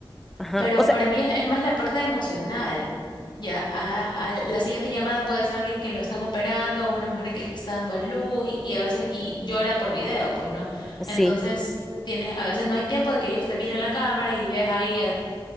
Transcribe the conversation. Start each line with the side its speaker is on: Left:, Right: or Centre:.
Centre: ajá.
Left: Pero
Centre: O sea,
Left: para mí es, es más la parte emocional. Ya, a, a la siguiente llamada puede ser alguien que lo están operando, una mujer que está dando a luz y, y a veces y llora por video, pues no.
Centre: Sí.
Left: Entonces, tienes, a veces no hay tiempo de que ellos te miren la cámara y ves ahí a-